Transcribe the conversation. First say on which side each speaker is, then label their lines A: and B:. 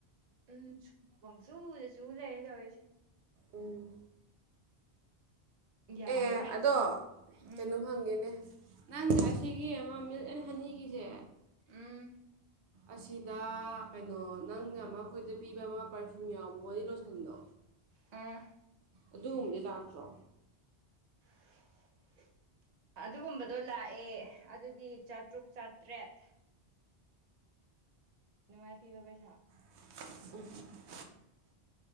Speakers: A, on the right; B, on the right.
A: ꯎꯝ ꯁꯨꯕꯪ ꯁꯨꯗꯁꯨ ꯂꯩꯔꯦ ꯇꯧꯔꯤꯁꯦ
B: ꯎꯝ
A: ꯌꯥꯔꯔꯣꯏ
B: ꯑꯦ ꯑꯗꯣ
A: ꯎꯝ
B: ꯀꯩꯅꯣꯝ ꯍꯪꯒꯦꯅꯦ ꯅꯪ ꯑꯁ ꯁꯤꯒꯤ ꯑꯃ ꯃꯤꯜꯛ ꯑꯦꯟ ꯍꯅꯤꯒꯤꯁꯦ
A: ꯎꯝ
B: ꯑꯁꯤꯗ ꯀꯩꯅꯣ ꯅꯪꯅ ꯑꯃ ꯑꯩꯈꯣꯏꯗ ꯄꯤꯕ ꯑꯃ ꯄꯔꯐ꯭ꯌꯨꯝ ꯌꯥꯎꯕ ꯕꯣꯗꯤ ꯂꯣꯁꯟꯗꯣ
A: ꯎꯝ
B: ꯑꯗꯨꯝꯗꯤ ꯂꯥꯛꯇ꯭ꯔꯣ
A: <unintelligible> ꯑꯗꯨꯒꯨꯝꯕꯗꯣ ꯂꯥꯛꯑꯦ ꯑꯗꯨꯗꯤ ꯆꯥꯇ꯭ꯔꯨꯛ ꯆꯥꯇ꯭ꯔꯦꯠ ꯅꯨꯡꯉꯥꯏ ꯄꯤꯕ ꯄꯩꯁꯥ
B: <unintelligible>